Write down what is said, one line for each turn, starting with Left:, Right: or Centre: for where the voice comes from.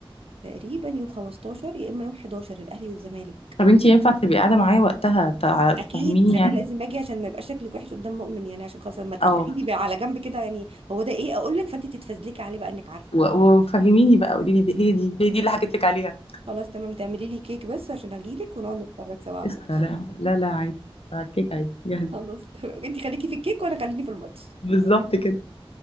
Right: تقريبا يوم 15 يا اما يوم 11 الاهلي والزمالك
Left: طب انتي ينفع تبقي قاعدة معايا وقتها تع- تفهميني
Right: اكيد ده انا
Left: يعني
Right: لازم
Left: <laughs>
Right: اجي عشان ما يبقاش شكلك وحش قدام مؤمن يعني عشان خلاص لما تساليني
Left: اه
Right: بقى على جنب كده يعني هو ده ايه اقول لك فانت تتفزلكي عليه بقى انك عارفه
Left: و- وفهميني بقى قولي لي دي- هي دي هي دي اللي حكيت لك عليها
Right: خلاص تمام تعملي لي كيك بس عشان اجي لك ونقعد نتفرج سوا على
Left: قشطة
Right: الماتش
Left: لا <laughs> لا لا عادي على الكيك عادي جاهزة
Right: خلاص تمام انتي خليكي في الكيك وانا خليني في الماتش
Left: بالظبط كده